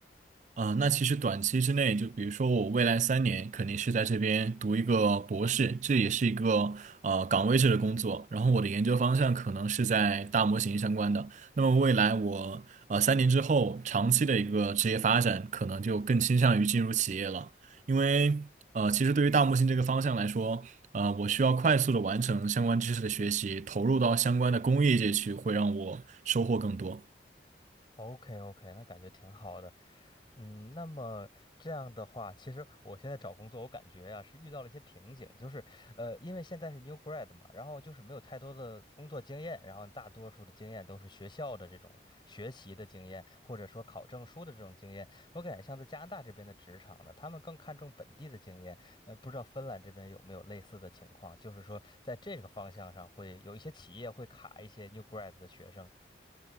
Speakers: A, on the right; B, on the left.
A: 啊，那其实短期之内，就比如说我未来三年肯定是在这边读一个博士，这也是一个呃岗位制的工作。然后我的研究方向可能是在大模型相关的。那么未来我呃三年之后长期的一个职业发展，可能就更倾向于进入企业了，因为呃其实对于大模型这个方向来说，呃我需要快速的完成相关知识的学习，投入到相关的工业界去，会让我收获更多。
B: ？OK OK，那感觉挺好的。嗯，那么这样的话，其实我现在找工作，我感觉呀、是遇到了一些瓶颈，就是，呃，因为现在是 new grad 嘛，然后就是没有太多的工作经验，然后大多数的经验都是学校的这种学习的经验，或者说考证书的这种经验。我感觉像在加拿大这边的职场呢，他们更看重本地的经验，呃，不知道芬兰这边有没有类似的情况，就是说在这个方向上会有一些企业会卡一些 new grad 的学生